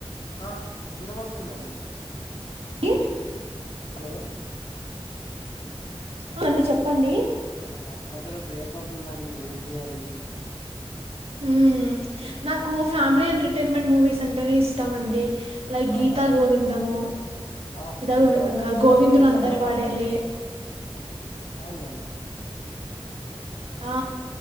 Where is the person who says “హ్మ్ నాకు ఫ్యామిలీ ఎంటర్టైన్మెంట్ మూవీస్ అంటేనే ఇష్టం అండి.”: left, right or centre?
Right